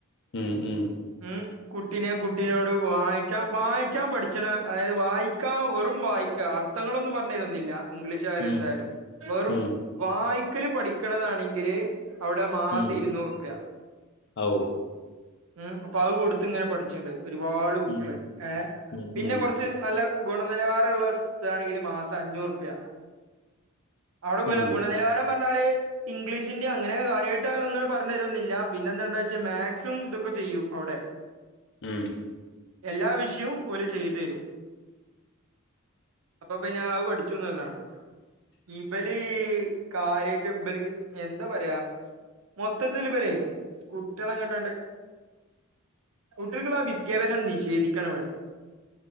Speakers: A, on the left (about 55°); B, on the right (about 75°).
A: ഉംഹ് ഉംഹ്.
B: ഉംഹ്. കുട്ടിനെ കുട്ടിനോട് വായിച്ച വായിച്ചാ പഠിച്ചണ് അതായത് വായിക്കാ വെറും വായിക്ക അ. അർത്ഥങ്ങളൊന്നും പർഞ്ഞെരൊന്നുല്ല. ഇംഗ്ലീഷ് ആയാലും
A: ഉം
B: എന്തായാലും വെറും
A: ഉം
B: വായിക്കല് പഠിക്കണതാണെങ്കില്. അവിടെ മാസം
A: ഉം
B: ഇരുന്നൂറ് പ്യ.
A: ഔ
B: ഉംഹ് അപ്പൊ അഹ് കൊടുത്ത്ങ്ങനെ പഠിച്ചിണ്ട് ഒരുപാട് കുട്ടികള്
A: ഉം
B: ഏഹ്
A: ഉം
B: പിന്നെ
A: ഉം
B: കൊറ്ച്ച്. നല്ല ഗുണനിലവാരമുള്ളതാണെങ്കില് മാസം അഞ്ഞൂറ് പ്യ അവിടെ
A: ഉം
B: ഗുണനിലവാരം പറഞ്ഞാല് ഇംഗ്ലീഷി. ഇല്ല്യ അങ്ങനെ കാര്യായിട്ട് അങ്ങനെ പറഞ്ഞെരുന്നില്ല പിന്നെ എന്താണ്ടാ വെച്ചാ മാക്സും ഇതൊക്കെ ചെയ്യും അവിടെ.
A: ഉംഹ്.
B: എല്ലാ വിഷയും ഓല് ചെയ്തു തരും. അപ്പൊ പിന്നെ അത് പഠിച്ചുന്നുംല്ലതാണ്. ഇബലീ കാര്യായിട്ട് ഇബല്ക്ക് എന്താ പറയാ. മൊത്തത്തിൽ ഇബരെ കുട്ട്യാളെങ്ങട്ടാണ്ട്. കുട്ടികൾക്കുള്ള ആ വിദ്യാഭ്യാസാണ്ട് നിഷേധിക്കാണ് ഇവിടെ.